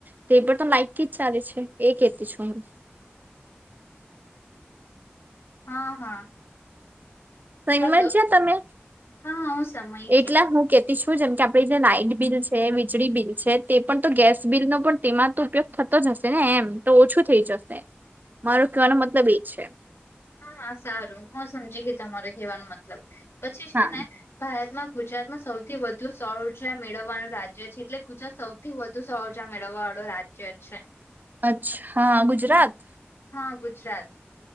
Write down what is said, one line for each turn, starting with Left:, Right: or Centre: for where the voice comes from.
Right: તે પણ તો લાઈકથી જ ચાલે છે. એ કેતી છું હું.
Left: <inaudible> હા હા.
Right: તઈમાં
Left: હલો
Right: જ જ તમે
Left: હા હું સમય
Right: એટલા
Left: છે
Right: હું કેતી છું, જેમ કે આપડી જે લાઈટ બિલ છે. વીજળી બિલ છે. તે પણ તો ગેસ બિલનો પણ તેમાં તો ઉપયોગ થતો જ હશે ને એમ? તો ઓછું થઈ જશે મારો કેહેવાનો મતલબ એ છે.
Left: હા સારું હું સમજી ગઈ. તમારે ખેવાનો મતલબ પછી છે
Right: હા
Left: ને ભારતમાં ગુજરાતમાં સૌથી વધુ સૌજા મેળવવાનું રાજ્ય છે. એટલે ગુજરાત સૌથી વધુ સૌજા મેળવવાળ રાજ્ય છે.
Right: અચ્છા હા ગુજરાત
Left: હા ગુજરાત.